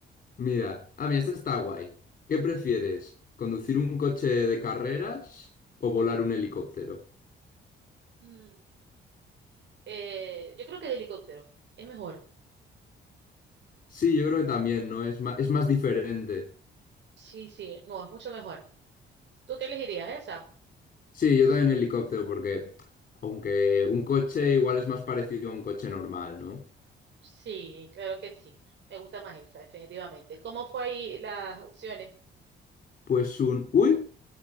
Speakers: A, on the left; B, on the right.
A: Mira, ah, mira, esto está guay. ¿Qué prefieres? ¿Conducir un coche de carreras o volar un helicóptero?
B: Mm, eh, yo creo que el helicóptero es mejor.
A: Sí, yo creo que también, ¿no? Es más, es más diferente.
B: Sí, sí, no, es mucho mejor. ¿Tú qué elegirías esa?
A: Sí, yo también helicóptero, porque aunque un coche igual es más parecido a un coche normal, ¿no?
B: Sí, claro que sí. Me gusta más esa, definitivamente. ¿Cómo fue ahí las opciones?
A: Pues un, uy,